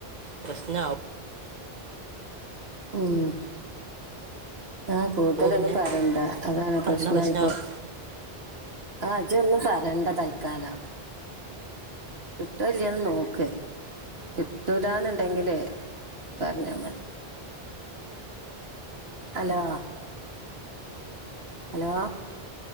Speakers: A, on the right; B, on the right.
A: പ്രശ്നാവും
B: ഉം മ് ആഹ കൂട്തലൊന്നും
A: പിന്നെ
B: പറയണ്ട അതാണ്
A: പറഞ്ഞ
B: പ്രശ്നായിപ്പോ
A: പ്രശ്നമാവും
B: ആ അജ ഒന്നും പറയണ്ട തൽക്കാലം കിട്ട്വോല്ല്യേന്ന് നോക്ക് കിട്ടൂലാന്നുണ്ടെങ്കിലേ പറഞ്ഞാ മതി. അലോ ഹലോ